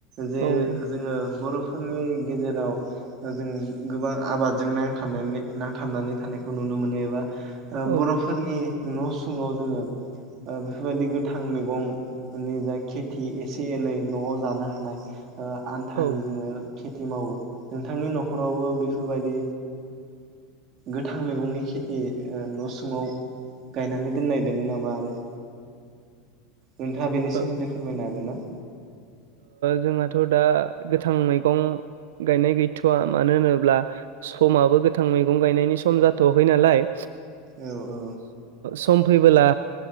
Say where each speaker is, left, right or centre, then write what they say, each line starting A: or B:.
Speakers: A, on the right; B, on the right.
A: जे
B: औ औ
A: जोङो बर' फोरनि गेजेराव जोङो गोबां आबादजों नांथ नांथाबनानै थानायखौ नुनो मो नुनो मोनो एबा
B: औ
A: बर'फोरनि न' सुङाव जोङो बेफोरबायदि गोथां मैगं नि जा खेथि एसे एनै न'आव जानो हानाय आन्थानि
B: औ
A: जोङो खेथि मावो नोंथांनि न'खरावबो बेफोरबायदि गोथां मैगंनि खेथि न' सङाव गायनानै दोननाय दोङो नामा आरो नोंथाङा बेनि
B: ओ
A: सोमोन्दै फोरमायनो हागोन ना?
B: जोंहाथ' दा गोथां मैगं गायनाय गैथ'वा मानो होनोब्ला समाबो गोथां मैगं गायनायनि सम जाथ' वाखै नालाय।
A: औ औ
B: सम फैबोला